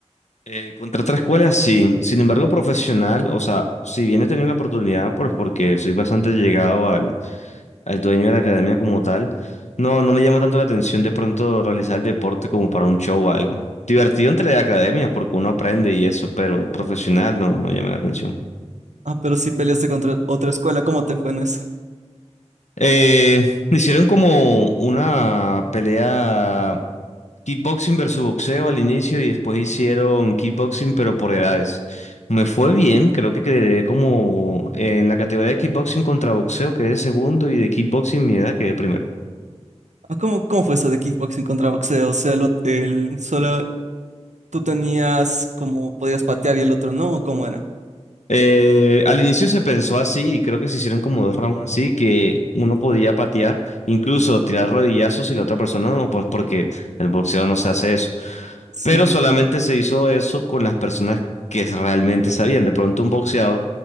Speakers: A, on the left; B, on the right.
A: Eh, contra otra escuela, sí. Sin embargo, profesional, o sea, si bien he tenido la oportunidad, pues porque soy bastante llegado al, al dueño de la academia como tal, no, no me llama tanto la atención de pronto realizar el deporte como para un show o algo. Divertido entre academias, porque uno aprende y eso, pero profesional
B: Ah,
A: no, no llama la atención.
B: ah, pero si peleaste contra otra escuela, ¿cómo te fue en eso?
A: Eh, hicieron como una pelea Kickboxing versus boxeo al inicio y después hicieron kickboxing pero por edades. Me fue bien, creo que quedé como en la categoría de kickboxing contra boxeo quedé segundo y de kickboxing mi edad quedé primero.
B: Ah, ¿cómo, cómo fue eso de kickboxing contra boxeo? O sea, el, ot- el solo tú tenías como podías patear y el otro no, ¿o ¿cómo era?
A: Eh, al inicio se pensó así y creo que se hicieron como dos rounds así que uno podía patear, incluso tirar rodillazos y la otra persona no, pues porque el boxeo no se hace eso.
B: Sí,
A: Pero solamente se hizo eso con las personas que realmente sabían. De pronto un boxeador